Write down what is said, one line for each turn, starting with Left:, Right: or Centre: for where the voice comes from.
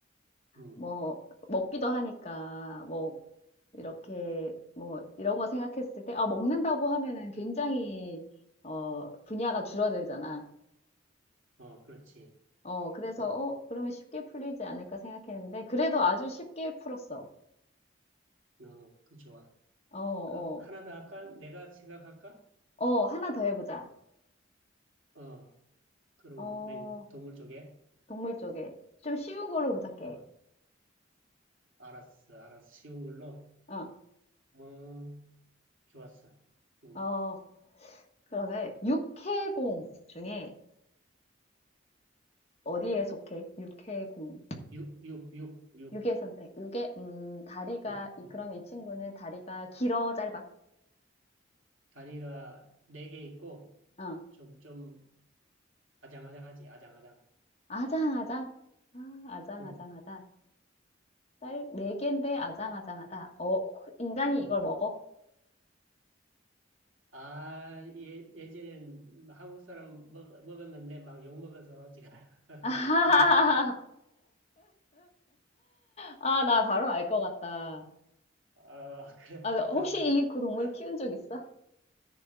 Right: 응,
Left: 뭐, 먹기도 하니까, 뭐, 이렇게, 뭐, 이런 거 생각했을 때, 아, 먹는다고 하면은 굉장히, 어, 분야가 줄어들잖아.
Right: 어, 그렇지.
Left: 어, 그래서,
Right: 어
Left: 어, 그러면 쉽게 풀리지 않을까 생각했는데, 그래도 아주 쉽게 풀었어.
Right: 어, 그 좋아.
Left: 어, 어,
Right: 그, 하나 더 할까? 내가 생각할까?
Left: 어, 하나 더 해보자.
Right: 어, 그럼
Left: 어,
Right: 맹, 동물 쪽에?
Left: 동물 쪽에. 좀 쉬운 걸로 부탁해.
Right: 어, 알았어, 알았어. 쉬운 걸로.
Left: 어,
Right: 어, 좋았어. 응.
Left: 어, 그러면, 육해공 중에 어디에 속해? 육해공.
Right: 육, 육, 육, 육,
Left: 육의 선택. 육의, 음, 다리가,
Right: 응,
Left: 이-
Right: 응.
Left: 그럼 이 친구는 다리가 길어, 짧아?
Right: 다리가 네 개 있고,
Left: 어,
Right: 좀, 좀, 아장아장하지, 아장아장.
Left: 아장아장? 아, 아장아장하다.
Right: 응,
Left: 짤, 네 개인데 아장아장하다. 어, 혹- 인간이
Right: 응.
Left: 이걸 먹어?
Right: 아, 예, 예전엔 한국 사람 먹, 먹었는데 막 욕 먹어서 지금 <laughs>
Left: <laughs> 아하하하.
Right: 못 먹게 해.
Left: 아, 나 바로 알 것 같다.
Right: 아, 그래.
Left: 아, 혹시 이 그 동물을
Right: <laughs>
Left: 키운 적 있어?